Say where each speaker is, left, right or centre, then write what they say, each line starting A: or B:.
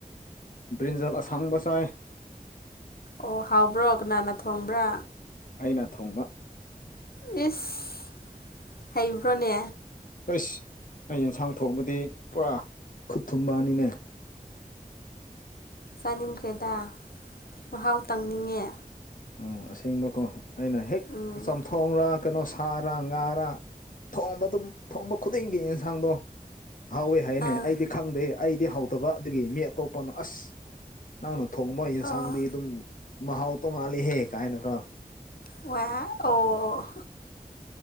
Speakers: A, on the left; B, on the left.
A: ꯕ꯭ꯔꯤꯟꯖꯜ ꯑꯁꯥꯡꯕ ꯆꯥꯏ
B: ꯑꯣ ꯍꯥꯎꯕ꯭ꯔꯣ ꯀꯅꯥꯅ ꯊꯣꯡꯕ꯭ꯔꯥ
A: ꯑꯩꯅ ꯊꯣꯡꯕ
B: ꯑꯦꯁ ꯍꯥꯏꯕ꯭ꯔꯣꯅꯦ
A: ꯑꯁ ꯑꯩ ꯌꯦꯟꯁꯥꯡ ꯊꯣꯡꯕꯗꯤ ꯄꯨꯔꯥ ꯈꯨꯠ ꯊꯨꯝꯕꯑꯅꯤꯅꯦ
B: ꯆꯥꯅꯤꯡꯈ꯭ꯔꯦꯗ ꯃꯍꯥꯎ ꯇꯪꯅꯤꯡꯉꯦ
A: ꯎꯝ ꯑꯁꯦꯡꯕꯀꯣ ꯑꯩꯅ ꯍꯦꯛ
B: ꯎꯝ
A: ꯆꯝꯊꯣꯡꯔꯥ ꯫ ꯀꯩꯅꯣ ꯁꯥꯔ ꯉꯥꯔ ꯊꯣꯡꯕ ꯑꯗꯨꯝ ꯊꯣꯡꯕ ꯈꯨꯗꯤꯡꯒꯤ ꯌꯦꯟꯁꯥꯡꯗꯣ ꯍꯥꯎꯋꯦ ꯍꯥꯏꯅꯦ
B: ꯑꯥ
A: ꯑꯩꯗꯤ ꯈꯪꯗꯦ ꯑꯩꯗꯤ ꯍꯥꯎꯗꯕ ꯑꯗꯨꯒꯤ ꯃꯤ ꯑꯇꯣꯞꯄꯅꯣ ꯑꯁ ꯅꯪꯅ ꯊꯣꯡꯕ ꯌꯦꯟꯁꯥꯡꯗꯤ
B: ꯑꯣ
A: ꯑꯗꯨꯝ ꯃꯍꯥꯎ ꯇꯣꯡꯉꯥꯜꯂꯤꯍꯦꯛ ꯀꯥꯏꯅ ꯈꯣ
B: ꯑꯣ ꯑꯣ